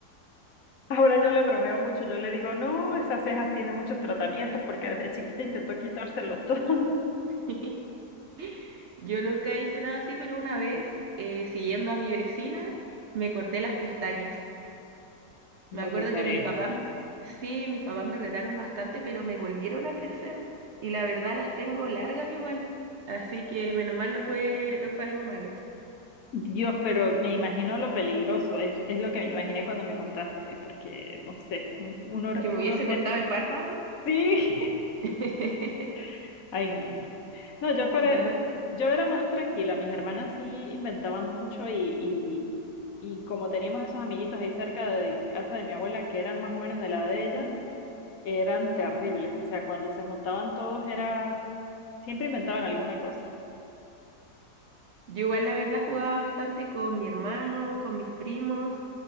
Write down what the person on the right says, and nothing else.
<laughs> Yo nunca hice nada así, pero una vez, eh, siguiendo a mi vecina, me corté las pestañas.
Me acuerdo
que mis papás, sí, mis papás me retaron bastante, pero me volvieron a crecer. Y la verdad las tengo largas igual. Así que menos mal no fue, no fue algo malo.
Que me
hubiese
cortado el párpado.
<laughs>
No.
Ujú.
Yo igual la verdad jugaba bastante con mi hermano, con mis primos.